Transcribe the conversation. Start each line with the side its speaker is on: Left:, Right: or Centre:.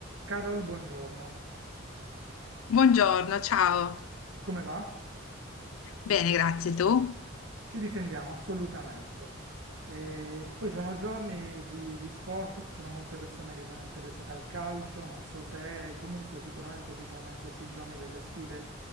Right: Carol, buongiorno.
Left: Buongiorno, ciao.
Right: Come va?
Left: Bene, grazie. Tu?
Right: Ci difendiamo assolutamente. E poi sono giorni di, di sport, ci sono molte persone che sono interessate al calcio, non so te, comunque sicuramente ci sono in questi giorni delle sfide